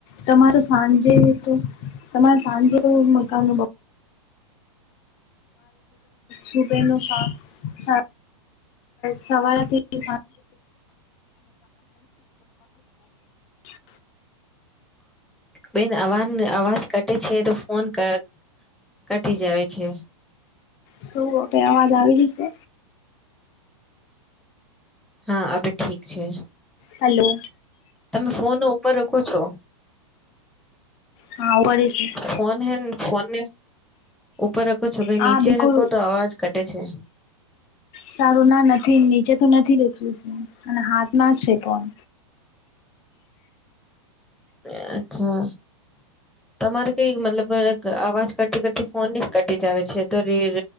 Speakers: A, on the left; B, in the centre.
A: તમાર સાંજે, તો તમારો સાંજે મકનો સબે નુ સા સવાથી <inaudible>
B: બેન અવા અવાજ કટે છે તો ફોન કર કટી જાય છે.
A: શું અવાજ, આવી રી શે
B: હા, અભી ઠીક છે.
A: હલો.
B: તમે ફોન ઉપર રકો છો.
A: હા, ઉપર ઇસી છે.
B: ફોન હે ફોનને ઉપર રખો છો, કે
A: હા
B: નીચે
A: બિલકુલ
B: રખો તો અવાજ કટે છે.
A: સારુંના નથી, નીચે નથી રું અને હાથમાં છે ફોન
B: એ અચ્છા તમારે કઈ મતલબ અવાજ કરતી, કરતી ફોનની જ કટી જ આવે છે. રીર